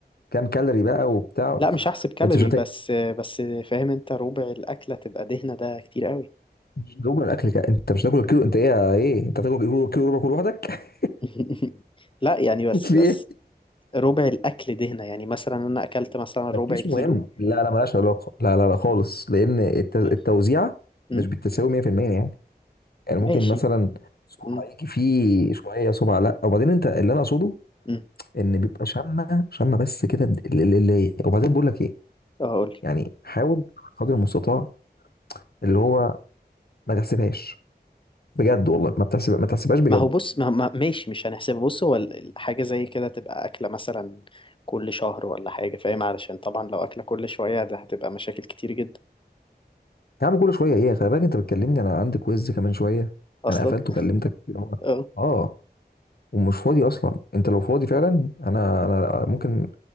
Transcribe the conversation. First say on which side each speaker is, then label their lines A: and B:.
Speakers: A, on the left (about 65°); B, on the left (about 30°).
A: كام كالوري بقى وبتاع
B: لا مش هحسب كالوري
A: انت مش هتاكل
B: بس آه، بس فاهم انت ربع الاكلة تبقى دهنة ده كتير قوي
A: مش هتاكل الاكل كده انت مش هتاكل كيلو انت ايه ايه انت هتاكل كيلو كيلو ربع كل لوحدك
B: <laughs> لا يعني بس
A: <laughs> في
B: بس
A: ايه
B: ربع الاكل دهنة يعني مثلا انا اكلت مثلا ربع
A: مفيش
B: كيلو
A: مهم لا لا ملهاش علاقه لا لا لا خالص لان الت- التوزيعه
B: ماشي امم
A: مش بالتساوي 100% يعني يعني ممكن
B: ماشي
A: مثلا صبع
B: امم
A: يجي فيه شويه صبع لا وبعدين انت اللي انا اقصده
B: امم
A: ان بيبقى شامه شامه بس كده اللي اللي وبعدين بقول لك ايه
B: اه قولي
A: يعني حاول قدر المستطاع اللي هو ما تحسبهاش بجد والله ما بتحسب ما تحسبهاش بجد
B: ما هو بص ما ما- ماشي مش هنحسبه بص هو ال- ال- حاجة زي كده تبقى أكلة مثلا كل شهر ولا حاجة فاهم علشان طبعا لو أكلة كل شوية ده هتبقى مشاكل كتير جدا
A: يا عم كل شويه ايه خلي بالك انت بتكلمني انا عندي كويز كمان شويه
B: أصلا
A: انا قفلت
B: <laughs>
A: وكلمتك اللي هو
B: اه
A: اه ومش فاضي اصلا انت لو فاضي فعلا انا انا ممكن